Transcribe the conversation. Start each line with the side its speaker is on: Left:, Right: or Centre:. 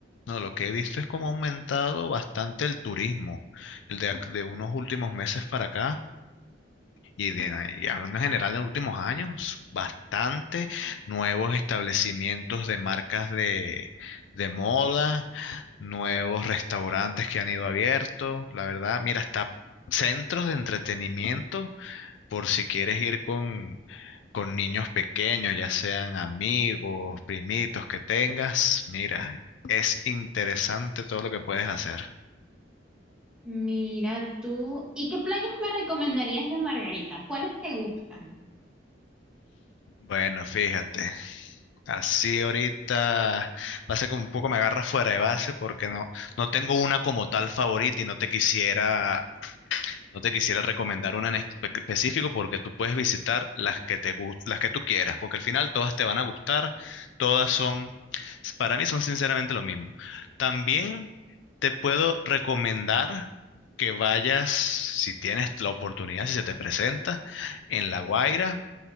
Left: No, lo que he visto es como ha aumentado bastante el turismo, el de, ac- de unos últimos meses para acá. Y, de- y hablando en general de los últimos años, bastante nuevos establecimientos de marcas de, de moda, nuevos restaurantes que han ido abiertos. La verdad, mira, hasta centros de entretenimiento por si quieres ir con, con niños pequeños, ya sean amigos, primitos que tengas, mira, es interesante todo lo que puedes hacer.
Centre: Mira tú. ¿Y qué playas me recomendarías de Margarita? ¿Cuáles te gustan?
Left: Bueno, fíjate, así ahorita pasa que un poco me agarras fuera de base porque no, no tengo una como tal favorita y no te quisiera No te quisiera recomendar una en espe- específico porque tú puedes visitar las que te gus- las que tú quieras, porque al final todas te van a gustar, todas son, para mí son sinceramente lo mismo. También te puedo recomendar que vayas, si tienes la oportunidad, si se te presenta, en La Guaira.